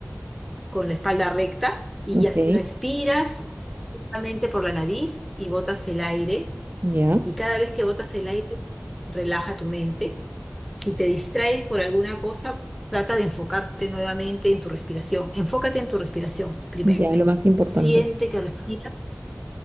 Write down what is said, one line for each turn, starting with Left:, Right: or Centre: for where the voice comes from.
Centre: con la espalda recta y
Right: Ok,
Centre: ya- respiras profundamente por la nariz y botas el aire.
Right: ya,
Centre: Y cada vez que botas el aire, relaja tu mente. Si te distraes por alguna cosa, trata de enfocarte nuevamente en tu respiración. Enfócate en tu respiración primero.
Right: ya, lo más importante.
Centre: Siente que respiras